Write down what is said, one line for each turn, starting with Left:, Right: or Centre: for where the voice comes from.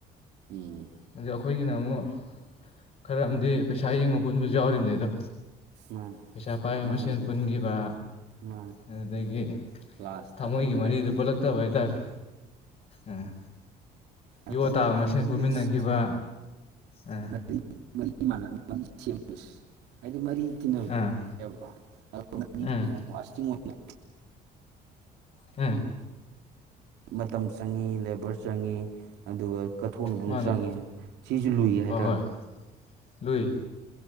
Right: ꯎꯝ
Left: ꯑꯗ ꯑꯩꯈꯣꯏꯒꯤꯅ ꯑꯃꯨꯛ ꯈꯔ ꯑꯝꯗꯤ ꯄꯩꯁꯥ ꯌꯦꯡꯉꯒ ꯄꯨꯟꯕꯖꯨ ꯌꯥꯎꯔꯤꯅ‌ꯦ ꯑꯗꯣ
Right: ꯃꯥꯅꯦ
Left: ꯄꯩꯁꯥ ꯄꯥꯏꯕ
Right: ꯃꯥꯒꯤ
Left: ꯃꯁꯦꯟ ꯄꯨꯟꯈꯤꯕ
Right: ꯃꯥꯅꯦ
Left: ꯑꯗꯨꯗꯒꯤ
Right: ꯂꯥꯁꯇ
Left: ꯊꯃꯣꯏꯒꯤ
Right: ꯈꯥꯏꯗꯣꯛꯈꯤꯕ
Left: ꯃꯔꯤꯗꯨ ꯄꯨꯜꯂꯛꯇꯕ ꯍꯥꯏꯇꯥꯔꯦ ꯎꯝ
Right: ꯑꯗ
Left: ꯌꯣ ꯇꯥꯕ ꯃꯁꯦꯟ
Right: ꯀꯩꯅꯣꯒꯤ
Left: ꯄꯨꯃꯤꯟꯅꯈꯤꯕ
Right: ꯑꯁ
Left: ꯑ
Right: ꯃꯔꯤ ꯃꯔꯤ ꯃꯥꯟꯅ ꯃꯔꯤ ꯁꯦꯝ ꯗꯣꯏꯁ ꯍꯥꯏꯗꯤ ꯃꯔꯤ ꯇꯤꯟꯅꯟꯕ
Left: ꯑꯥ
Right: ꯂꯧꯁꯤꯟꯕ ꯉꯝꯗꯕ
Left: ꯎꯝ
Right: ꯂꯣꯡ ꯂꯥꯁꯇꯤꯡ ꯑꯣꯏꯅ
Left: ꯎꯝ
Right: ꯃꯇꯝ ꯆꯪꯉꯤ ꯂꯦꯕꯔ ꯆꯪꯉꯤ ꯑꯗꯨꯒ ꯀꯠꯊꯣꯛꯅꯕꯝ
Left: ꯃꯥꯅꯦ
Right: ꯆꯪꯉꯤ ꯁꯤꯁꯨ ꯂꯨꯏ ꯍꯥꯏꯇꯥꯔꯦ
Left: ꯍꯣꯏ ꯍꯣꯏ ꯂꯨꯏ